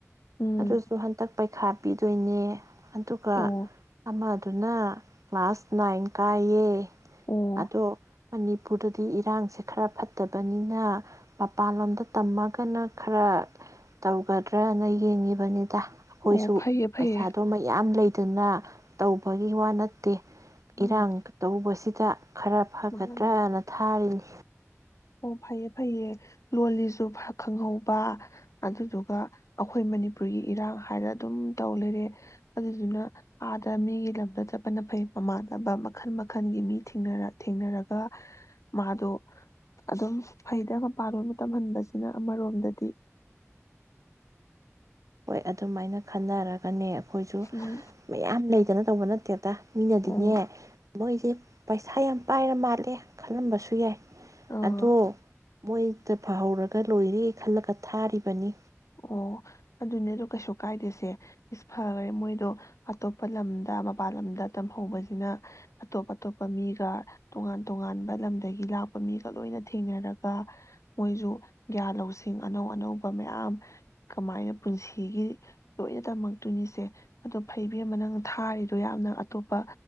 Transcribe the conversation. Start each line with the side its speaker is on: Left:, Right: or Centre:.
Left: ꯎꯝ
Right: ꯑꯗꯨꯁꯨꯨ ꯍꯟꯇꯛ ꯄꯩꯈꯥ ꯄꯤꯗꯣꯏꯅꯦ ꯑꯗꯨꯒ
Left: ꯑꯣ
Right: ꯑꯃ ꯑꯗꯨꯅ ꯀ꯭ꯂꯥꯁ ꯅꯥꯏꯟ ꯀꯥꯏꯌꯦ
Left: ꯑꯣ
Right: ꯑꯗꯣ ꯃꯅꯤꯄꯨꯔꯗꯗꯤ ꯏꯔꯥꯡꯁꯦ ꯈꯔ ꯐꯠꯇꯕꯅꯤꯅ ꯃꯄꯥꯟꯂꯣꯝꯗ ꯇꯝꯃꯒꯅ ꯈꯔ ꯇꯧꯒꯗ꯭ꯔꯅ ꯌꯦꯡꯉꯤꯕꯅꯤꯗ ꯑꯩꯈꯣꯏꯁꯨ
Left: ꯑꯣ ꯐꯩꯌꯦ ꯐꯩꯌꯦ
Right: ꯄꯩꯁꯥꯗꯨ ꯃ ꯌꯥꯝ ꯂꯩ ꯑꯗꯨꯅ ꯇꯧꯕꯒꯤ ꯋꯥ ꯅꯠꯇꯦ
Left: ꯎꯝ
Right: ꯏꯔꯥꯡ ꯇꯕꯨ ꯁꯤ ꯆ ꯈꯔ ꯐꯒꯗ꯭ꯔꯅ
Left: ꯃꯥꯅꯦ
Right: ꯊꯥꯔꯤꯅꯤ
Left: ꯑꯣ ꯐꯩꯌꯦ ꯐꯩꯌꯦ ꯂꯣꯜꯂꯤꯁꯨ ꯈꯪꯍꯧꯕ ꯑꯗꯨꯗꯨꯒ ꯑꯩꯈꯣꯏ ꯃꯅꯤꯄꯨꯔꯒꯤ ꯏꯔꯥꯡ ꯍꯥꯏꯔ ꯑꯗꯨꯝ ꯇꯧ ꯂꯩꯔꯦ ꯑꯗꯨꯗꯨꯅ ꯑꯥꯗ ꯃꯤꯒꯤ ꯂꯝꯗ ꯆꯠꯄꯅ ꯐꯩ ꯃꯃꯥꯟꯅꯕ ꯃꯈꯜ ꯃꯈꯜꯒꯤ ꯃꯤꯔ ꯊꯦꯡꯅꯔꯒ ꯃꯥꯗꯣ ꯑꯗꯨꯝ ꯐꯩꯗ ꯃꯄꯥꯟꯂꯣꯏ ꯇꯝꯍꯟꯕꯁꯤꯅ ꯑꯃꯔꯣꯝꯗꯗꯤ
Right: ꯍꯣꯏ ꯑꯗꯨꯃꯥꯏꯅ ꯈꯟꯅꯔꯒꯅꯦ ꯑꯩꯈꯣꯏꯁꯨ
Left: ꯎꯝ
Right: ꯃꯌꯥꯝ ꯂꯩꯗꯅ ꯇꯧꯕ ꯅꯠꯇꯦꯗ ꯃꯤꯅꯗꯤꯅꯦ
Left: ꯑꯣ
Right: ꯃꯣꯏꯗꯤꯦ ꯄꯩꯁꯥ ꯌꯥꯝ ꯄꯥꯏꯔ ꯃꯥꯜꯂꯦ ꯈꯜꯂꯝꯕꯁꯨ ꯌꯥꯏ
Left: ꯑ
Right: ꯑꯗꯣ ꯃꯣꯏꯗ ꯐꯍꯧꯔꯒ ꯂꯣꯏꯔꯦ ꯈꯜꯂꯒ ꯊꯥꯔꯤꯕꯅꯤ
Left: ꯑꯣ ꯑꯗꯨꯅꯦꯗ ꯀꯩꯁꯨ ꯀꯥꯏꯗꯦꯁꯦ ꯏꯁ ꯐꯈꯔꯦ ꯃꯣꯏꯗꯣ ꯑꯇꯣꯞꯄ ꯂꯝꯗ ꯃꯄꯜ ꯂꯝꯗ ꯇꯝꯍꯧꯕꯁꯤꯅ ꯑꯇꯣꯞ ꯑꯇꯣꯞꯄ ꯃꯤꯒ ꯇꯣꯉꯥꯟ ꯇꯣꯉꯥꯟꯕ ꯂꯝꯗꯒꯤ ꯂꯥꯛꯄ ꯃꯤꯒ ꯂꯣꯏꯅ ꯊꯦꯡꯅꯔꯒ ꯃꯣꯏꯁꯨ ꯒ꯭ꯌꯥꯟ ꯂꯧꯁꯤꯡ ꯑꯅꯧ ꯑꯅꯧꯕ ꯃꯌꯥꯝ ꯀꯃꯥꯏꯅ ꯄꯨꯟꯁꯤꯒꯤ ꯂꯣꯏꯅ ꯇꯝꯃꯛꯇꯣꯏꯅꯤꯁꯦ ꯑꯗꯣ ꯐꯩꯕꯤꯔ ꯑꯃ ꯅꯪ ꯊꯥꯔꯤꯗꯣ ꯌꯥꯝꯅ ꯑꯇꯣꯞꯄ